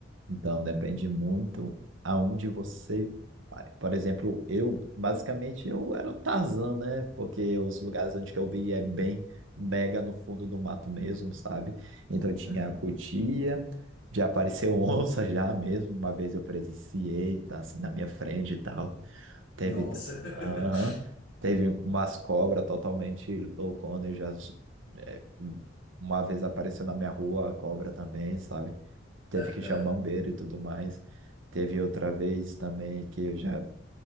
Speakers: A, on the right; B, on the left.
A: Então, depende muito aonde você vai. Por exemplo, eu, basicamente, eu era um Tarzan, né? Porque os lugares onde que eu vi é bem mega no fundo do mato mesmo, sabe? Então, tinha
B: Uhum.
A: a cutia, já apareceu <laughs> onça já mesmo. Uma vez eu presenciei, tá assim na minha frente e tal. Teve,
B: Nossa.
A: t-
B: <laughs>
A: aham, teve umas cobras totalmente loucona. Eu já, é, uma vez apareceu na minha rua a cobra também, sabe? teve
B: Aham,
A: que chamar um bombeiro e tudo mais. Teve outra vez também que eu já